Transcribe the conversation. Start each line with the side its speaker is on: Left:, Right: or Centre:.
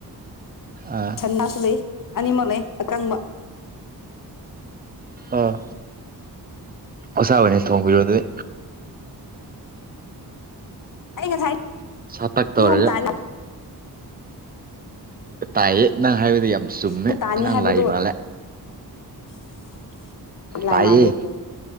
Right: ꯑꯥ
Left: ꯁꯅꯥꯁꯨ ꯂꯩ ꯑꯅꯤꯃꯛ ꯂꯩ ꯑꯀꯪꯕ
Right: ꯑꯥ ꯑꯁꯥꯕꯅꯦ ꯊꯣꯡꯕꯤꯔꯣ ꯑꯗꯨꯗꯤ
Left: ꯑꯩ
Right: ꯁꯠꯥꯛ ꯇꯧ꯭ꯔꯦꯒ
Left: ꯅꯣꯡ ꯇꯥꯅꯤ
Right: ꯇꯥꯏꯌꯦ ꯅꯪ ꯍꯥꯏꯕꯗꯤ ꯌꯥꯝ ꯆꯨꯝꯃꯦ
Left: ꯅꯣꯡ ꯇꯥꯅꯤ
Right: ꯅꯪ
Left: ꯍꯥꯏꯕꯗꯣ
Right: ꯂꯥꯏ ꯃꯥꯜꯂꯦ
Left: <inaudible> ꯂꯥꯏ
Right: ꯇꯥꯏꯌꯦ
Left: ꯃꯥꯂꯦꯈꯣ